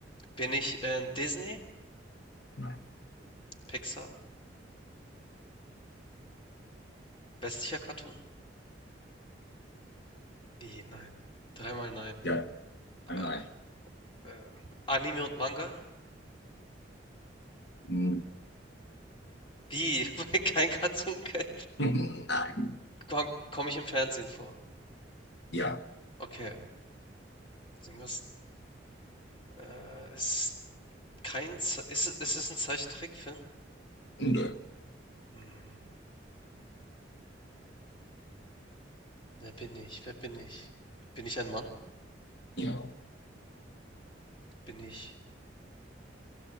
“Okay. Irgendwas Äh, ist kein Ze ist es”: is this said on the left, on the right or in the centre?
Left